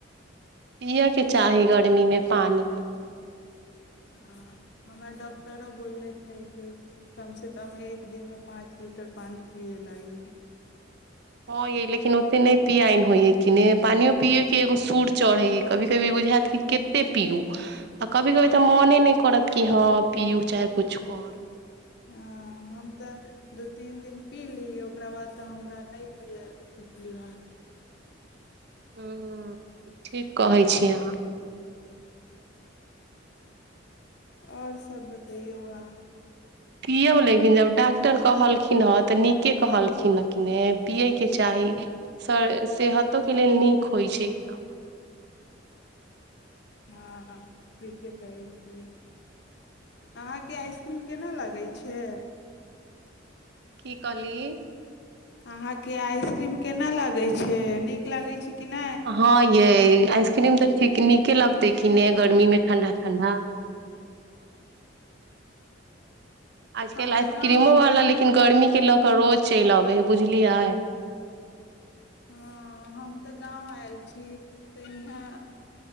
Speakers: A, on the right; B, on the left.
A: पियके चाही गर्मीमे पानि
B: हँ हमरा डॉक्टरो बोललै छै कि कमसँ कम एक दिनमे पाँच लीटर पानि पियै लागी
A: हँ यइ लेकिन ओतेक नहि पियआइन होइ हइ कि नहि पानिओ पियैके एगो सर चढ़ै हइ कभी कभी बुझायत कि कतेक पियू आ कभी कभी तऽ मोने नहि करत कि हँ पियू चाहे किछु करू
B: हँ हम तऽ दू तीन दिन पीलीै ओकरा बाद तऽ हमरा नहि पियै सचली हम
A: हुं ठीक कहै छी अहाँ
B: आओर सभ बतैयौ अहां
A: पियब लेकिन जब डॉक्टर कहलखिन हेँ तऽ नीके कहलखिन हे कि पियएके चाही स सेहतो के लेल नीक होइ छै ई सभब
B: हँ ठीके कहै छी अहाँके आइसक्रीम केना लगै छै
A: की कहली
B: अहाँके आइसक्रीम केना लागैत छै नीक लगैत छै कि नहि
A: हँ यै आइसक्रीम तऽ ठीक नीके लगतै कि नहि गर्मीमे ठण्डा ठण्डा आजकल
B: हम
A: आइसक्रीमो
B: तऽ गाँव
A: बाला लेकिन गर्मी के लऽ कऽ रोज चलि अबै है बुझलियै
B: हँ हम तऽ गाँव आयल छी तऽ इहाँ